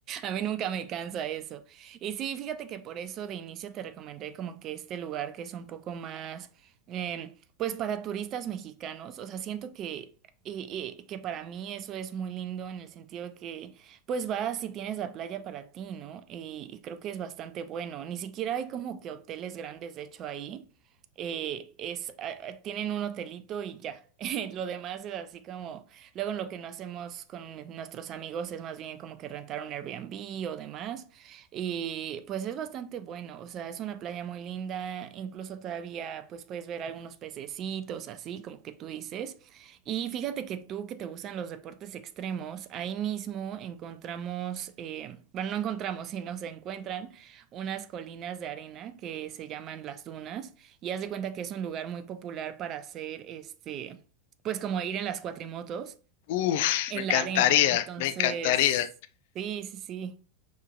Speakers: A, on the right (about 35°); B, on the left (about 50°).
A: A mí nunca me cansa eso. Y sí, fíjate que por eso de inicio te recomendé como que este lugar que es un poco más, eh, pues para turistas mexicanos. O sea, siento que, y- y- que para mí eso es muy lindo en el sentido de que pues vas si tienes la playa para ti, ¿no? Y, y creo que es bastante bueno. Ni siquiera hay como que hoteles grandes, de hecho, ahí. Eh, es, a- a- tienen un hotelito y ya. <laughs> Lo demás es así como, luego lo que no hacemos con nuestros amigos es más bien como que rentar un Airbnb o demás. Y pues es bastante bueno, o sea, es una playa muy linda, incluso todavía pues puedes ver algunos pececitos así, como que tú dices. Y fíjate que tú que te gustan los deportes extremos, ahí mismo encontramos, eh, bueno, no encontramos, sino se encuentran unas colinas de arena que se llaman las dunas y haz de cuenta que es un lugar muy popular para hacer, este, pues como ir en las cuatrimotos
B: Uf,
A: en
B: me encantaría,
A: la arena. Entonces,
B: me encantaría.
A: sí, sí, sí.